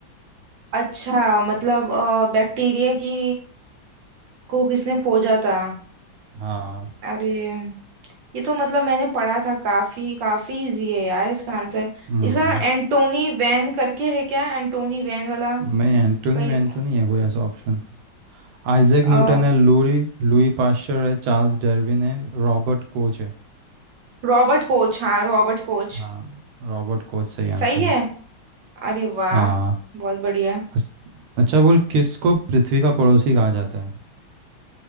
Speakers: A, on the right; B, on the right.
A: अच्छा मतलब बैक्टीरिया की को किसने खोजा था
B: हाँ
A: अरे ये तो मतलब मैंने पढ़ा था काफी काफी इजी है यार इसका आंसर
B: हम्म
A: इसका एंटोनी वैन करके है क्या एंटोनी वैन वाला
B: नहीं एंटोनी
A: कहीं
B: वैन तो नहीं है कोई ऐसा ऑप्शन आइजैक
A: अ
B: न्यूटन है लुई लुई पाश्चर है चार्ल्स डार्विन है रॉबर्ट कोच है
A: रॉबर्ट कोच हाँ रॉबर्ट कोच
B: हाँ रॉबर्ट कोच सही आंसर
A: सही है
B: है
A: अरे वाह
B: हाँ
A: बहुत बढ़िया
B: अच्छ- अच्छा बोल किसको पृथ्वी का पड़ोसी कहा जाता है